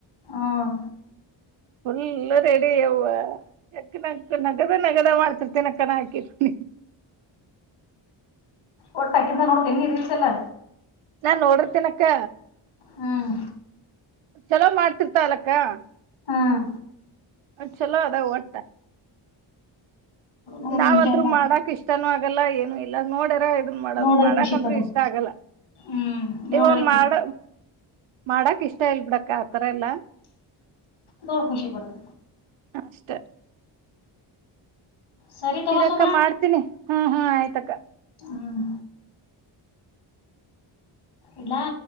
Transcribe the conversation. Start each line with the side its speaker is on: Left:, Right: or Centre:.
Left: ಹ್ಮ್
Right: ಫುಲ್ಲ ರೆಡಿ ಯಾವ ನಕ ನಕ ನಗದ ನಗದ ಮಾಡ್ತಿರ್ತೀನ ಅಕ್ಕನ ಹಾಕಿರ್ <inaudible>
Left: ಒಟ್ಟ ಅಕ್ಕಿಂತ ನೋಡ್ತ ಏನ್ ನೀ ರಿಲ್ಯಾ ಎಲ್ಲಾ
Right: ನಾನ್ ನೋಡಿರಿತಿನಿಯಕ್ಕ
Left: ಹ್ಮ್
Right: ಚಲೋ ಮಾಡ್ತಿರ್ತ ಅಲಕ್ಕ ಅಕ್ಕ
Left: ಹ್ಮ್
Right: ಚಲೋ ಅದಾ ವಟ
Left: ನೋಡು
Right: ನಾವ್ತ್ರು
Left: ಮಾಡ್.
Right: ಮಾಡಕ್ ಇಷ್ಟನೂ ಆಗಲ್ಲ ಏನು ಇಲ್ಲ ನೋಡ್ಯಾರ ಇದನ ಮಾಡದು
Left: ನೋಡೋರ್
Right: ಮಾಡಕತ್
Left: ಖುಷಿ ಪಡೋಣ.
Right: ಇಷ್ಟ ಆಗಲ್ಲ
Left: ಹ್ಮ್ ನೋಡೋರೇ
Right: ಇವಾಗ ಮಾಡ
Left: ಖುಷಿ
Right: ಮಾಡಕ್ ಇಷ್ಟ ಇಲ್ ಬಿಡಕ್ ಆತರ ಎಲ್ಲ
Left: ನೋಡಿ ಖುಷಿಪಡುದು
Right: ಅಷ್ಟ
Left: ಸರಿ ತಗೋ
Right: ಇರಕ್ಕ
Left: ಸುಮಾ
Right: ಮಾಡ್ತೀನಿ ಹ್ಮ್ ಹ್ಮ ಆಯ್ತಕ್ಕ
Left: ಹ್ಮ್ ಇಡ್ಲಾ